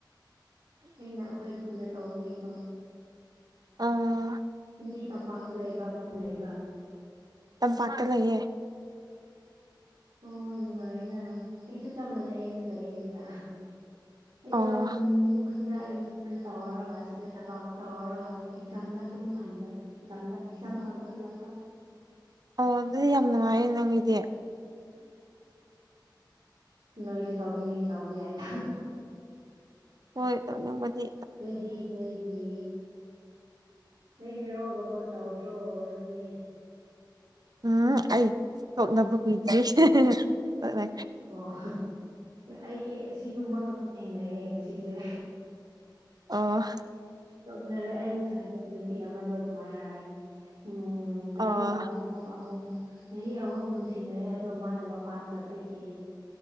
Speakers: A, on the right; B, on the right.
A: ꯑꯩꯅ ꯑꯩꯈꯣꯏ ꯈꯨꯟꯗ ꯇꯧꯕꯒꯤ ꯀꯣ
B: ꯑꯥ
A: ꯅꯪꯗꯤ ꯇꯝꯄꯥꯛꯇ ꯂꯩꯕ꯭ꯔꯥ ꯈꯨꯟ ꯂꯩꯕ꯭ꯔꯥ
B: ꯇꯝꯄꯥꯛꯇ ꯂꯩꯌꯦ
A: ꯑꯣ ꯅꯨꯡꯉꯥꯏꯌ‌ꯦꯅ ꯑꯩꯁꯨ ꯆꯞ ꯃꯥꯟꯅꯩ ꯑꯩꯁꯨ ꯂꯩꯌ‌ꯦ ꯁꯤꯗ ꯑꯩꯗꯣ
B: ꯑꯣ
A: ꯈꯨꯟ ꯈꯨꯟꯗ ꯑꯦꯃꯤꯁꯟ ꯇꯧꯔꯒ ꯁꯤꯗ ꯊꯕꯥꯛ ꯇꯧꯔꯒ ꯑꯦꯛꯖꯥꯝꯅ ꯑꯗꯨꯝ ꯍꯟꯕ ꯑꯦꯛꯖꯥꯝꯗ ꯑꯦꯛꯖꯥꯝ ꯈꯛꯇ ꯍꯂꯛꯄ
B: ꯑꯣ ꯑꯗꯨꯗꯤ ꯌꯥꯝ ꯅꯨꯡꯉꯥꯏꯌꯦ ꯅꯪꯒꯤꯗꯤ
A: ꯅꯣꯏꯖꯨ ꯇꯧꯅꯤꯡꯉꯤ ꯇꯧꯕ ꯌꯥꯏꯗ
B: ꯍꯣꯏ ꯇꯝꯅꯤꯡ ꯃꯗꯤ
A: ꯅ‌ꯣꯏꯒꯤ ꯅ‌‌ꯣꯏꯒꯤ ꯅ‌ꯣꯏ ꯍꯦꯔ‌ꯣꯒ ꯐꯣꯟ ꯇꯧꯗ꯭ꯔꯣ ꯅꯪꯗꯤ
B: ꯎꯝ ꯑꯩ ꯊꯣꯛꯅꯕ ꯀꯨꯏꯗ꯭ꯔꯤ ꯇ‌ꯣꯛꯅ
A: ꯑꯣ ꯑꯩ ꯑꯁꯤꯒꯨꯝꯕ ꯈꯄ ꯊꯦꯡꯅꯩꯌꯦ ꯉꯁꯤꯁꯦ
B: ꯑꯣ
A: ꯇꯅꯔꯦ ꯑꯩ ꯉꯁꯥꯏꯁ ꯅꯨꯄꯤ ꯑꯃꯗꯣ ꯑꯗꯨꯃꯥꯏꯅ ꯍꯥꯏꯔꯦ ꯎꯝ ꯆꯍꯤ
B: ꯑꯣ
A: ꯑꯍꯨꯝ ꯑꯍꯨꯝ ꯆꯍꯤ ꯑꯍꯨꯝ ꯅꯨꯡꯁꯤꯅꯩ ꯑꯗꯣ ꯃꯥꯅ ꯃꯄꯥꯟ ꯆꯠꯄꯒꯤ